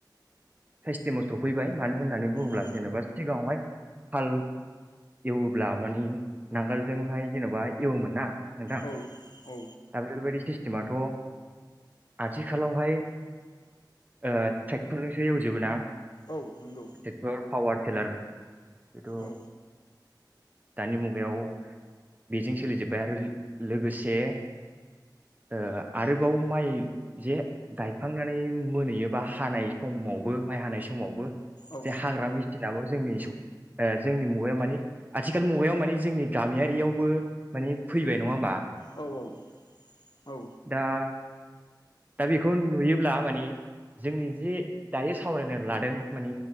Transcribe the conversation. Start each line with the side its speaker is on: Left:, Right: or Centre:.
Right: सिस्टेमाव सफैबाय मानो होननानै बुङोब्ला
Left: औ
Right: जेनेबा सिगाङावहाय हाल एवोब्ला मानि नांगोलजोंहाय जेनबा एवोमोन ना नोंथां
Left: औ
Right: दा
Left: औ
Right: बेफोरबायदि सिस जेनेबाथ' आथिखालावहाय ओ ट्रेक्टरजोंसो एवजोबो ना
Left: औ नंगौ
Right: ट्रेक्टर फावार टेलार बेथ'
Left: औ
Right: दानि मुगायाव बेजों सोलिजोबबाय आरो लोगोसे ओ आरोबाव माइ जे गायखांनानै मोनहैयोबा हानाय समावबो माइ हानाय समावबो
Left: औ
Right: जे हाग्रा मेसिनाबो जोंनि ओ जोंनि मुगायाव माने आथिखाल मुगायाव माने जोंनि गामियारियावबो माने फैबाय नङा मा
Left: औ औ औ
Right: दा दा बेखौ नुयोब्ला माने जोंनि जे दायो सावरायनो लादों माने